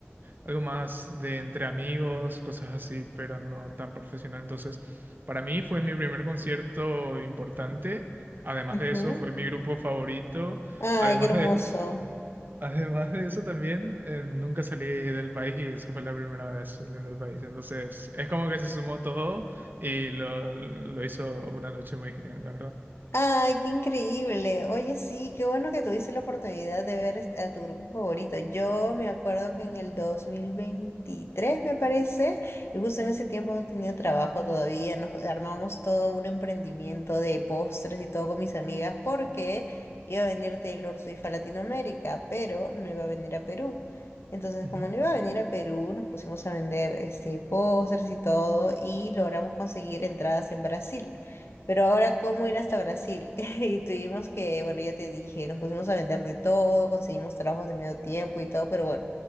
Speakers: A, on the right (about 45°); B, on the left (about 65°).
A: algo más de entre amigos, cosas así, pero no tan profesional. Entonces, para mí fue mi primer concierto importante. Además
B: ujú.
A: de eso, fue mi grupo favorito.
B: Ay,
A: Además
B: qué hermoso.
A: de, <laughs> además de eso, también eh, nunca salí del país y esa fue la primera vez saliendo del país. Entonces, es como que se sumó todo y lo, lo hizo una noche muy genial, la verdad.
B: Ay, qué increíble. Oye, sí, qué bueno que tuviste la oportunidad de ver est- a tu grupo favorito. Yo me acuerdo que en el 2023, me parece, y justo en ese tiempo no tenía trabajo todavía, nos armamos todo un emprendimiento de postres y todo con mis amigas porque iba a venir Taylor Swift a Latinoamérica, pero no iba a venir a Perú. Entonces,
A: Ujú.
B: como no iba a venir a Perú, nos pusimos a vender este, postres y todo y logramos conseguir entradas en Brasil. Pero ahora, ¿cómo ir hasta Brasil? <laughs> Y tuvimos que, bueno, ya te dije, nos pusimos a vender de todo, conseguimos trabajos de medio tiempo y todo, pero bueno,